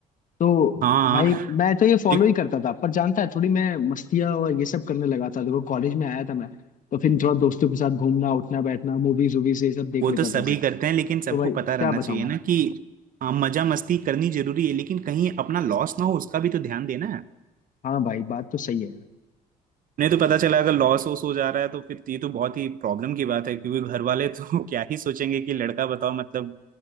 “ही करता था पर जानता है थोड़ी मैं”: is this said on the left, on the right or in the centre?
Left